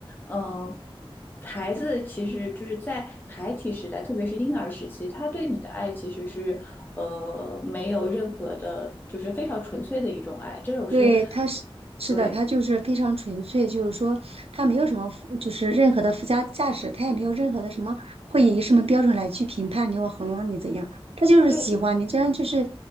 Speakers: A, on the left; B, on the right.
A: 嗯、孩子其实就是在孩提时代，特别是婴儿时期，他对你的爱其实是呃没有任何的，就是非常纯粹的一种爱。这种是
B: 对，他是是的，
A: 对。
B: 他就是非常纯粹，就是说他没有什么附就是任何的附加价值，他也没有任何的什么会以什么标准来去评判你或衡量你怎样，他就是喜欢你，
A: 对，
B: 这样就是